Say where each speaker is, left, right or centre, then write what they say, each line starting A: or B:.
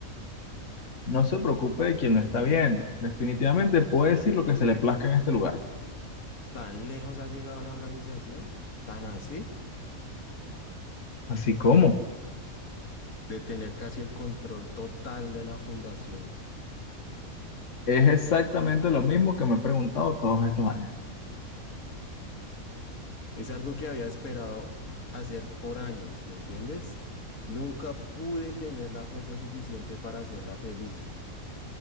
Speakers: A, on the left; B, on the left.
A: No se preocupe de quien lo está viendo. Definitivamente puede decir lo que se le plazca en este lugar.
B: ¿tan lejos ha llegado la organización? ¿Tan así?
A: Así como
B: De tener casi el control total de la fundación.
A: es exactamente lo mismo que me he preguntado todos estos años.
B: Es algo que había esperado hacer por años, ¿me entiendes? Nunca pude tener la fuerza suficiente para hacerla feliz.